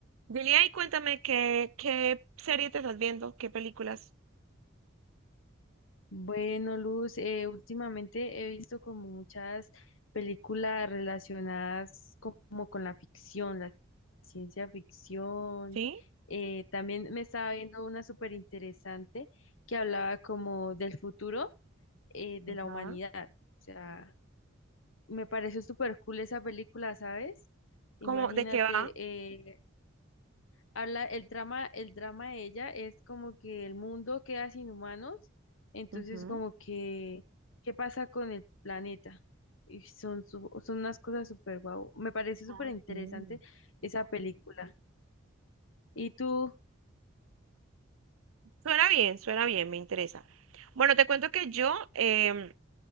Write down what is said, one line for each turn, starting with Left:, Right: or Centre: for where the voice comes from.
Right: Julia, y cuéntame qué, qué serie te estás viendo, qué películas.
Left: Bueno, Luz, eh, últimamente he visto como muchas películas relacionadas como con la ficción, la ciencia ficción.
Right: ¿Sí?
Left: Eh, también me estaba viendo una súper interesante que hablaba como del futuro eh, de
Right: Ajá.
Left: la humanidad. O sea, me pareció súper cool esa película, ¿sabes? Imagínate,
Right: ¿Cómo, de qué va?
Left: eh, Habla, el trama, el drama de ella es como que el mundo queda sin humanos, entonces
Right: Ujú.
Left: como que, ¿qué pasa con el planeta? Y son, su- son unas cosas súper guau. Me parece súper
Right: Ah,
Left: interesante
Right: ok.
Left: esa película. Y tú,
Right: Suena bien, suena bien, me interesa. Bueno, te cuento que yo em,